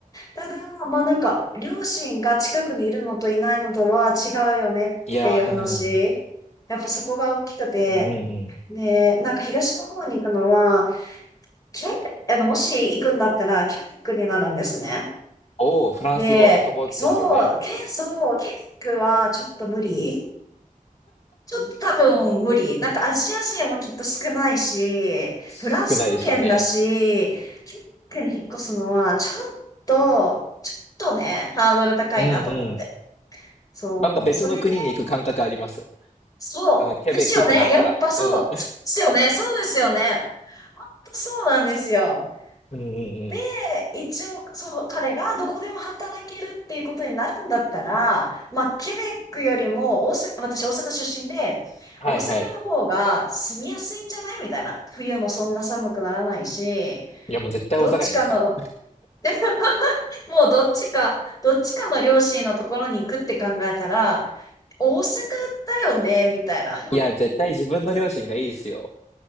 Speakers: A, on the left; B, on the left.
A: ただ、まあなんか、両親が近くにいるのといないのとは違うよねっていう話。
B: いや、うん。
A: やっぱそこが大きくて。
B: うんうん
A: で、なんか東の方に行くのは、キャク、あの、もし行くんだったら、キャイクになるんですね。
B: おお、フランス語のとこですよね。
A: で、そう、け、そう、ケネックはちょっと無理。ちょっと多分無理。なんかアジア人もきっと少ないし、
B: 少ないでしょうね。
A: フランス語圏だし、キュークに引っ越すのはちょっと、ちょっとね、ハードル高いなと思って。
B: うんうん。
A: そう、
B: なんか別の国に行く感覚あります。
A: それで、そう、
B: あの、ケベックってなったら。
A: ですよね。やっぱそう、
B: うん。
A: そうですよね。そうですよね。そうなんですよ。
B: うんうんうん。
A: で、一応、そう、彼がどこでも働けるっていうことになるんだったら、まあ、ケベックよりも大阪、私大阪出身で、
B: はいはい。
A: 大阪の方が住みやすいんじゃないみたいな。冬もそんな寒くならないし、
B: いやもう絶対大阪じゃないですか。
A: どっちかの、<laughs> もうどっちか、どっちかの両親のところに行くって考えたら、大阪だよねみたいな。<laughs>
B: いや、絶対自分の両親がいいですよ。